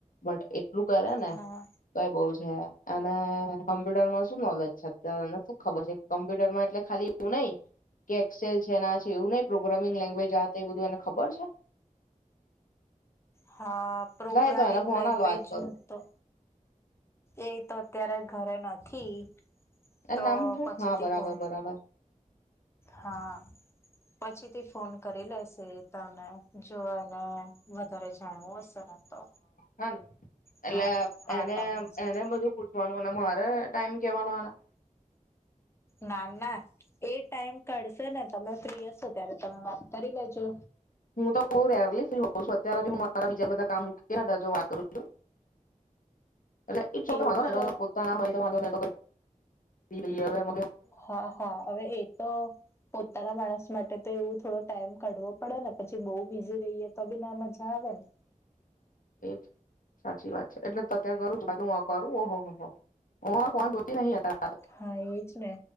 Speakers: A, on the left; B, on the left.
A: બટ એટલું કરે ને
B: હા
A: તોઈ બઉ જ કે અને કમ્પ્યુટરમાં શું નોલેજ છે? અત્યારે એને શું ખબર છે? કમ્પ્યુટરમાં એટલે ખાલી એવું નઈ કે એક્સેલ છે, ને આ છે, એવું નહીં પ્રોગ્રામિંગ લેંગ્વેજ આ તે એ બધું એને ખબર છે?
B: હા પ્રોગ્રામિંગ
A: લાય તો એને ફોના
B: લેંગ્વેજ
A: વાત કરું
B: નીતો એ તો અત્યારે ઘરે નથી.
A: એ
B: તો
A: નામ શું
B: પછીથી
A: હા બરાબર
B: ફોન,
A: બરાબર
B: હા. પછી થી ફોન કરી લેશે તને જોને તારે જાણવું હશે ને તો.
A: હ એટલે
B: હા હા
A: એને
B: ટાઈમ છે
A: એને
B: તો
A: બધું પૂછવાનું ને મારે ટાઈમ કેવાનું આના?
B: ના ના એ ટાઈમ કાઢશે ને તમે ફ્રી હશો ત્યારે તમે વાત તારી બાજુ.
A: હું તો બહુ <inaudible> અત્યારે હું મારા બીજા બધા કામ મુકી ગયા હતા જો વાત કરું છું. એટલે એ છોક
B: એવું
A: વાંધો ને
B: છે
A: તો પોતાના હોય તો વાંધો ને તો પી લઈ <unintelligible>
B: હા હા હવે એ તો તારા માણસ માટે તો એવું થોડો ટાઈમ કાઢવો પડે ને પછી બહુ બીઝી રહીએ તો બી ના મજા આવે ને.
A: એજ સાચી વાત છે. એટલે તત્યા કરું છુ હું કરું ઓહ હો હો હો ફન જોતી નહી હતા
B: હા એજ ને